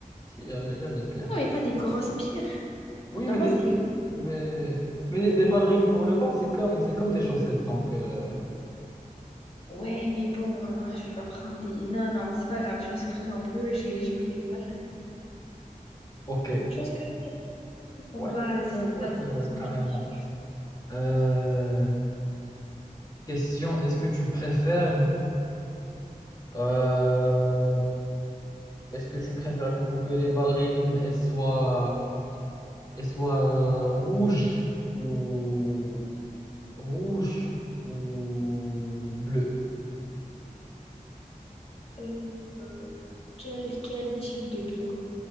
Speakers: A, on the left; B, on the left.
A: Si, il y a, il y a des pierres.
B: Non, mais pas des grosses pierres.
A: Oui,
B: Normalement,
A: mais des. pu-
B: c'est...
A: Mais, mais des, des ballerines pour le bal, c'est comme, c'est comme des chaussettes, donc. euh,
B: Ouais, mais bon, euh, je vais pas prendre des... Non, non, c'est pas grave, je vais souffrir un peu, je, je mets les ballerines.
A: Ok.
B: Tu vois ce que je veux
A: Ouais,
B: dire? Vas-y,
A: ouais, ouais, ouais,
B: vas-y,
A: ouais, ouais,
B: pose-moi
A: carrément.
B: une question.
A: Euh, question, est-ce que tu préfères, euh, est-ce que tu préfères du coup que les ballerines, elles soient, elles soient euh, rouges ou rouges ou bleues,
B: Euh, euh, quel, quel type de bleu?